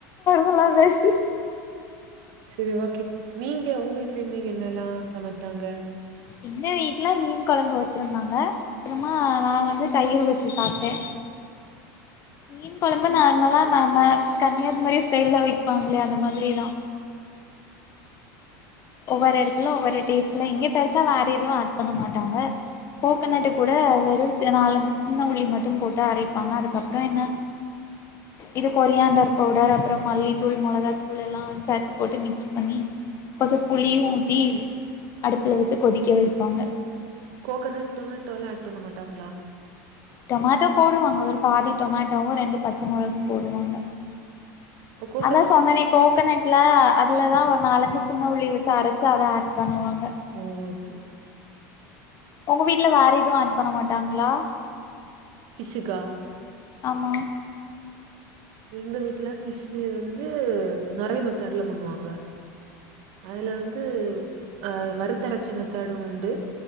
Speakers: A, on the left; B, on the right.
A: நல்லா பேசு
B: சேரி ஓகே நீங்க உங்க வீட்ல இன்னக்கு என்னல்லா சமச்சாங்க
A: எங்க வீட்ல மீன் கொழம்பு வச்சிருந்தாங்க அப்றமா நா வந்து தயிர் வச்சு சாப்ட மீன் கொழம்பு நார்மலா நம்ம கன்னியாகுமரி ஸ்டைல்லா வை ப்பாங்ளே அந்த மாரி தா ஒவ்வொரு எடத்துல ஒவ்வொரு டேஸ்ட்ல இங்க பெருசா வேற எதுவு ஆட் பண்ண மாட்டாங்க கோகனட்டு கூட வெறு ச நாலஞ்சு சின்ன உள்ளி மட்டு போட்டு அரைப்பாங்க அதுக்கப்றோ என்ன இது கொரியாண்டர் பவுடர் அப்றோ மல்லித்தூள் மொளகாத்தூள் எல்லா சேத்து போட்டு மிக்ஸ் பண்ணி கொஞ்சோ புளி ஊத்தி அடுப்ல வச்சு கொதிக்க வப்பாங்க
B: கோகனட் டொமேட்டோலா ஆட் பண்ண மாட்டாங்ளா
A: டொமேட்டோ போடுவாங்க ஒரு பாதி டொமேட்டோ ரெண்டு பச்ச மொளகு போடுவாங்க
B: அப்ப கோகனட்
A: அதா சொன்னனே கோகனட் துல அதுலதா ஒரு நாலஞ்சு சின்ன உள்ளி வச்சு அரைச்சு அத ஆட் பண்ணுவாங்க
B: ஓ ஓகே
A: உங்க வீட்ல வேற எதுவு ஆட் பண்ண மாட்டாங்ளா
B: ஃபிஷ்க்கா
A: ஆமா
B: எங்க வீட்ல ஃபிஷ்ஷு வந்து து நெறைய மெத்தேட்லா பண்ணுவாங்க அதுல வந்து அ வறுத்தரச்ச மெத்தடு உண்டு